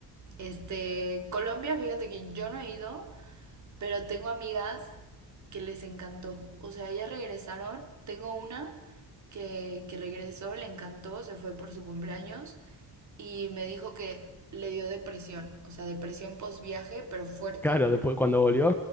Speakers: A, on the right; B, in the centre.
A: este, Colombia, fíjate que yo no he ido, pero tengo amigas que les encantó. O sea, ellas regresaron. Tengo una que, que regresó, le encantó, se fue por su cumpleaños y me dijo que le dio depresión. O sea, depresión post viaje, pero fuerte.
B: Claro, después cuando volvió.